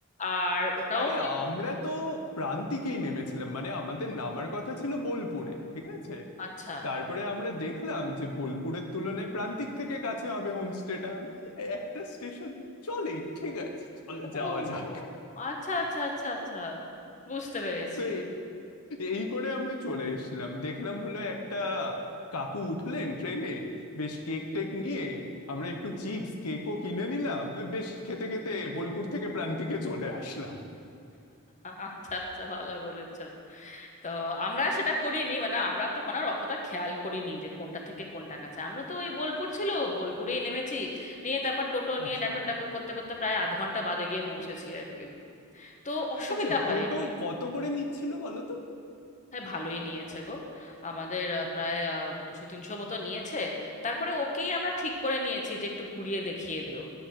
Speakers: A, on the left; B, on the left.
A: আর ওটাও
B: আরে
A: ওই ভেতরের
B: আমরা তো প্রান্তিকেই নেমেছিলাম মানে আমাদের নামার কথা ছিল বোলপুরে ঠিক আছে
A: আচ্ছা
B: তারপরে আমরা দেখলাম যে বোলপুরের তুলনায় প্রান্তিক থেকে কাছে হবে হোমস্টেটা আমরা একটা স্টেশন চলেই ঠিক আছে চলো যাওয়া
A: ও
B: যাক
A: আচ্ছা আচ্ছা আচ্ছা আচ্ছা বুঝতে পেরেছি
B: তো এই করে আমরা চলে এসেছিলাম দেখলাম হলো একটা কাকু উঠলেন ট্রেনে বেশ কেক টেক নিয়ে আমরা একটু চিপস কেকও কিনে নিলাম বেশ খেতে খেতে বোলপুর থেকে প্রান্তিকে চলে আসলাম
A: আচ্ছা আচ্ছা ভালো করেছো তো আমরা সেটা করিনি মানে আমরা তখন আর অতটা খেয়াল করিনি যে কোনটা থেকে কোনটা কাছে আমরা তো ওই বোলপুর ছিল বোলপুরেই নেমেছি নিয়ে তারপর টোটো নিয়ে
B: আচ্ছা
A: ডাকর ডাকর করতে করতে প্রায় আধ ঘন্টা বাদে গিয়ে পৌঁছেছি আর কি তো অসুবিধা
B: আচ্ছা
A: হয়নি
B: টোটো কত করে নিচ্ছিল বলো তো
A: হ্যাঁ ভালোই নিয়েছে গো আমাদের আহ, প্রায় আহ, দুশো তিনশো মতো নিয়েছে তারপরে ওকেই আমরা ঠিক করে নিয়েছি যে একটু ঘুরিয়ে দেখিয়ে দিও